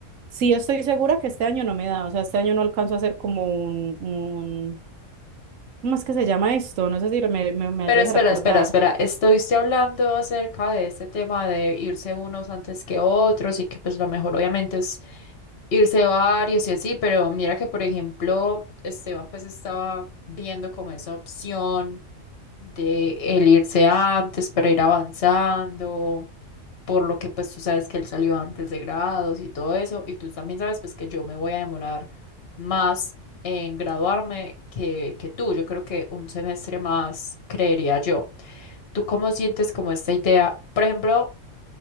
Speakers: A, on the right (about 80°); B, on the left (about 55°).
A: Sí, estoy segura que este año no me da, o sea, este año no alcanzo a hacer como un, un, ¿cómo es que se llama esto? No sé si me, me, me
B: Pero
A: ayudas
B: espera,
A: a recordar.
B: espera, espera. Estuviste hablando acerca de este tema de irse unos antes que otros y que pues lo mejor obviamente es irse varios y así, pero mira que por ejemplo Esteban pues estaba viendo como esa opción de el irse antes para ir avanzando, por lo que pues tú sabes que él salió antes de grados y todo eso, y tú también sabes pues que yo me voy a demorar más en graduarme que, que tú. Yo creo que un semestre más, creería yo. ¿Tú cómo sientes como esta idea? Por ejemplo,